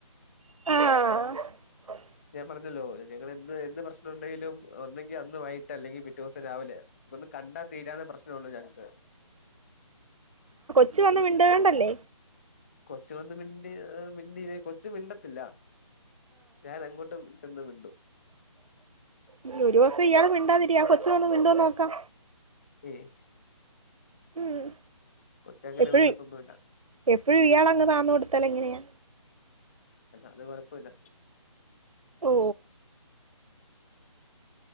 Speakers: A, on the right (about 85°); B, on the left (about 25°).
A: ആഹ്
B: ഞാൻ പറഞ്ഞല്ലോ ഞങ്ങളെന്ത് എന്ത് പ്രശ്നംണ്ടെങ്കിലും ഒന്നെങ്കി അന്ന് വയ്കിട്ട് അല്ലെങ്കിൽ പി റ്റോസം രാവിലെ പ്പ ഒന്ന് കണ്ടാ തീരാവ്ന്ന പ്രശ്ന ഒള്ളു ഞങ്ങക്ക്.
A: ച്ച് വന്ന് മിണ്ടാണ്ടല്ലേ.
B: കൊച്ചു വന്ന് മിണ്ടി മിണ്ടി <unintelligible> കൊച്ചു മിണ്ടത്തില്ല. ഞാൻ അങ്ങോട്ടും ചെന്ന് മിണ്ടും
A: ഇനിയൊരു ദുവസം ഇയാള് മിണ്ടാതിരിയാ, കൊച്ച് വന്ന് മിണ്ടോന്ന് നോക്കാം.
B: ഏയ്
A: ഉം
B: കൊച്ചങ്ങനെ
A: എപ്പഴും
B: മിണ്ടത്തൊന്നുമില്ല
A: എപ്പഴും ഇയാൾ അങ്ങ് താന്ന് കൊടുത്താലെങ്ങനെയാ.
B: അല്ല അത് കൊഴപ്പില്ല
A: ഓ